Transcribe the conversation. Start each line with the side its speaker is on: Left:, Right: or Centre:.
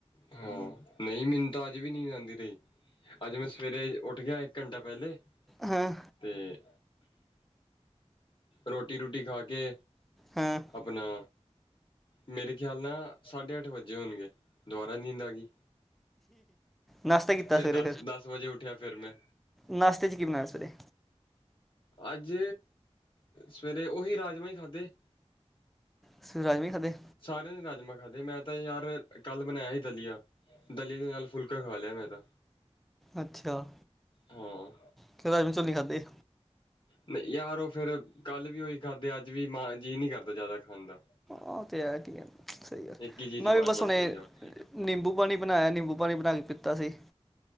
Left: ਹਾਂ ਨਹੀਂ, ਮੈਨੂੰ ਤਾਂ ਅੱਜ ਵੀ ਨਹੀਂ ਜਾਂਦੀ ਰਹੀ ਅੱਜ ਮੈਂ ਸਵੇਰੇ ਉੱਠ ਗਿਆ, ਇੱਕ ਘੰਟਾ ਪਹਿਲੇ
Centre: ਹਾਂ
Left: ਤੇ ਰੋਟੀ ਰੂਟੀ ਖਾ ਕੇ
Centre: ਹਾਂ
Left: ਆਪਣਾ। ਮੇਰੇ ਖਿਆਲ ਨਾਲ, ਸਾਢੇ ਅੱਠ ਵੱਜੇ ਹੋਣਗੇ, ਦੁਬਾਰਾ ਨੀਂਦ ਆ ਗਈ।
Centre: ਨਾਸ਼ਤਾ ਕੀਤਾ
Left: ਫਿਰ
Centre: ਸਵੇਰੇ
Left: ਦਸ -ਦਸ ਵਜੇ ਉੱਠਿਆ ਫੇਿਰ ਮੈਂ
Centre: ਨਾਸ਼ਤੇ 'ਚ ਕੀ ਬਣਾਇਆ ਸਵੇਰੇ?
Left: ਅੱਜ ਸਵੇਰੇ, ਉਹੀ ਰਾਜਮਾ ਹੀ ਖਾਧੇ
Centre: ਸਿਰ੍ਫ ਰਾਜਮਾ ਹੀ ਖਾਦੇੇ
Left: ਸਾਰਿਆਂ ਨੇ ਰਾਜਮਾਂ ਖਾਧੇ, ਮੈਂ ਤਾਂ ਯਾਰ ਕੱਲ੍ਹ ਬਣਾਇਆ ਸੀ ਦਲੀਆ ਦਲੀਆ ਦੇ ਨਾਲ ਫੁਲਕਾ। ਫੁਲਕਾ ਖਾ ਲਿਆ ਮੈਂ ਤਾਂ।
Centre: ਅੱਛਿਆ,
Left: ਹਾਂ
Centre: ਕਿਉਂ, ਰਾਜਮਾਂ ਚੌਲ ਨਈ ਖਾਧੇ।
Left: ਨਹੀਂ ਯਾਰ, ਉਹ ਫੇਰ, ਕੱਲ ਵੀ ਉਹੀ ਖਾਧਿਆ, ਅੱਜ ਵੀ ਮਾਂ ਜੀਅ ਨਹੀਂ ਕਰਦਾ ਜ਼ਿਆਦਾ ਖਾਣ ਦਾ।
Centre: ਹਾਂ ਤੇ ਹੈ ਠੀਕ ਹੈ, ਸਹੀ ਗੱਲ
Left: ਇੱਕ ਹੀ ਚੀਜ਼
Centre: ਮੈਂ ਵੀ
Left: ਬਾਰ
Centre: ਬਸ
Left: ਬਾਰ
Centre: ਹੁਣੇ
Left: ਖਾਈ ਜਾਓ
Centre: ਨਿੰਬੂ ਪਾਣੀ ਬਣਾਇਆ, ਨਿੰਬੂ ਪਾਣੀ ਬਣਾ ਕੇ ਪੀਤਾ ਸੀ।